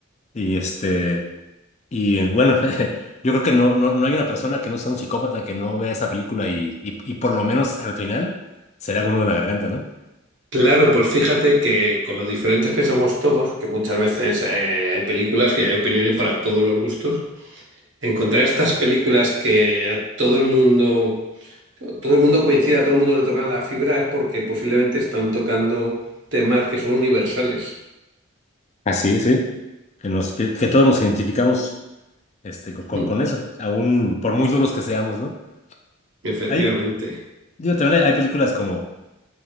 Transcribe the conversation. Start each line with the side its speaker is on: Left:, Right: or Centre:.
Left: Y este, y bueno, <laughs> yo creo que no, no, no hay una persona que no sea un psicópata que no vea esa película y, y, y por lo menos al final se le haga uno de la garganta, ¿no?
Right: Claro, pues fíjate que con lo diferentes que somos todos, que muchas veces eh, hay películas que hay opiniones para todos los gustos, encontrar estas películas que a todo el mundo todo el mundo coincide, a todo el mundo le tocan la fibra, es porque posiblemente están tocando temas que son universales.
Left: Así es, sí. Que nos, que, que todos nos identificamos este, co- con,
Right: Mm,
Left: con eso, aún por muy duros que seamos, ¿no?
Right: Efectivamente,
Left: Hay, digo, también hay, hay películas como,